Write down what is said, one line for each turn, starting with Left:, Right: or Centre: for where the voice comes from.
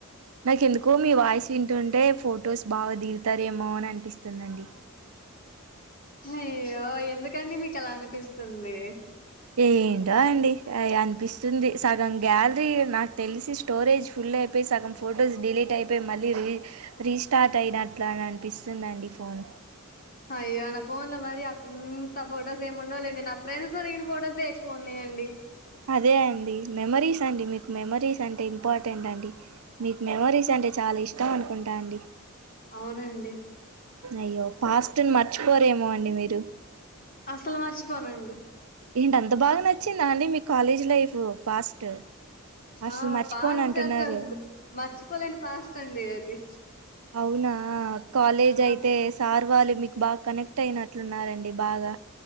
Right: నాకు ఎందుకో మీ వాయిస్ వింటుంటే ఫొటోస్ బాగా దిగుతారేమో అని అనిపిస్తుందండి
Left: అయ్యో ఎందుకండి మీకు అలా అనిపిస్తుంది
Right: ఏ ఏంటో అండి అనిపిస్తుంది సగం గ్యాలరీ నాకు తెలిసి స్టోరేజ్ ఫుల్ అయిపోయి సగం ఫొటోస్ డిలీట్ అయిపోయి మళ్ళీ రీ రీస్టార్ట్ అయినట్లుని అనిపిస్తుందిండి ఫోన్
Left: అయ్యో నా ఫోన్ లో మరి ఇంత ఫొటోస్ ఏమి ఉండాలండి నా ఫ్రెండ్స్ త దిగిన ఫొటోస్ ఎక్కువ ఉన్నాయండి
Right: అదే అండి మెమరీస్ అండి మీకు మెమరీస్ అంటే ఇంపార్టెంట్ అండి మీకు మెమరీస్ అంటే చాలా ఇష్టం అనుకుంటా అండి
Left: అవునండి
Right: అయ్యో పాస్ట్ని మర్చిపోరేమో అండి మీరు
Left: అసల్ మారిచి పొననండి
Right: ఏంటి అంత బాగా నచ్చిందా అండి మీ కాలేజీ లైఫ్ పాస్ట్ అసలు
Left: ఆ
Right: మర్చిపోను
Left: పాస్ట్
Right: అంటున్నారు
Left: అసలు మర్చిపోలేని పాస్ట్ అండి అది
Right: అవునా కాలేజ్
Left: ఆ!
Right: అయితే సార్ వాళ్ళు మీకు బాగా కనెక్ట్ అయినట్లున్నారండి బాగా